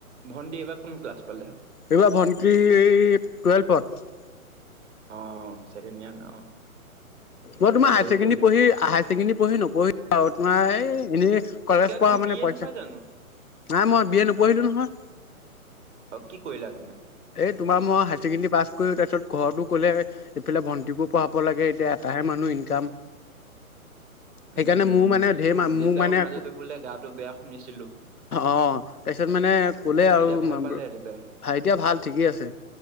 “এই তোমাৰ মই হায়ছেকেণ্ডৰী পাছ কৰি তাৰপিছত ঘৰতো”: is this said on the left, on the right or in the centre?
Left